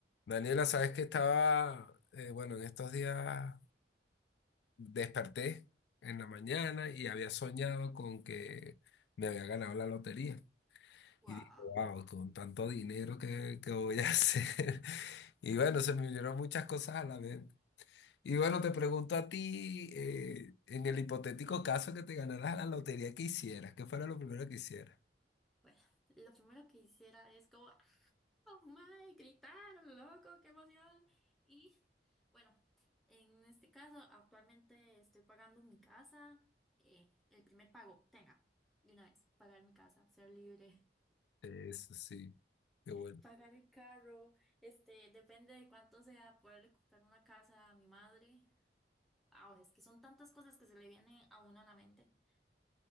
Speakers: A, on the left; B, in the centre.
A: Daniela, sabes que estaba, eh, bueno, en estos días desperté en la mañana y había soñado con que me había ganado la lotería.
B: Wow.
A: Y dije, wow, con tanto dinero que, que voy a hacer. <laughs> Y bueno, se me vinieron muchas cosas a la mente. Y bueno, te pregunto a ti, eh, en el hipotético caso que te ganaras la lotería, ¿qué hicieras? ¿Qué fuera lo primero que hicieras?
B: Bueno, lo primero que hiciera es como, "Ah, oh my, gritar, loco, qué emoción. Y bueno, en este caso, actualmente estoy pagando mi casa, eh, el primer pago, tenga, de una vez, pagar mi casa, ser libre,
A: Eso sí, qué
B: <laughs>
A: bueno.
B: pagar el carro, este, depende de cuánto sea, poderle comprar una casa a mi madre. Wow, es que son tantas cosas que se le vienen a uno a la mente.